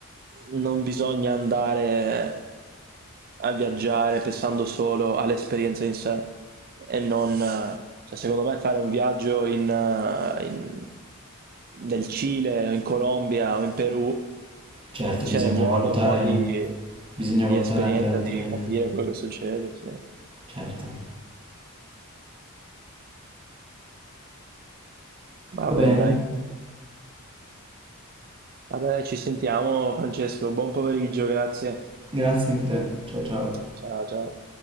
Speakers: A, on the right; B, on the right.
A: Non bisogna andare a viaggiare pensando solo all'esperienza in sé e non, eh, cioè, secondo me fare un viaggio in, eh, in- nel Cile o in Colombia o in Perù
B: Certo,
A: ce
B: bisogna
A: ne vuole
B: valutare,
A: un po' di,
B: bisogna
A: di
B: valutare
A: esperienza,
B: anche altre...
A: di capire quello che succede, sì.
B: certo.
A: Va
B: Va bene,
A: bene, dai. Va bene, ci sentiamo, Francesco. Buon pomeriggio, grazie.
B: grazie anche a te. Ciao ciao.
A: Ciao, ciao.